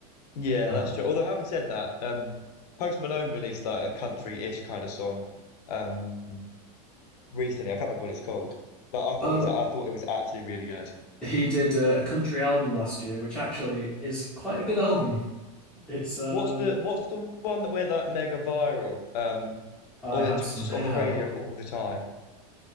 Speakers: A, on the left; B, in the centre.
A: Yeah,
B: Um,
A: that's true. Although having said that, um, Post Malone released like a country-ish kind of song um recently. I can't remember what it's called, but I thought
B: oh,
A: it was I thought it was actually really good.
B: he did a, a country album last year, which actually is quite a good album. It's um,
A: What's the what's the one that went like mega viral? Um,
B: I
A: or
B: had
A: that ju-
B: some
A: was just
B: help.
A: on the radio all the time?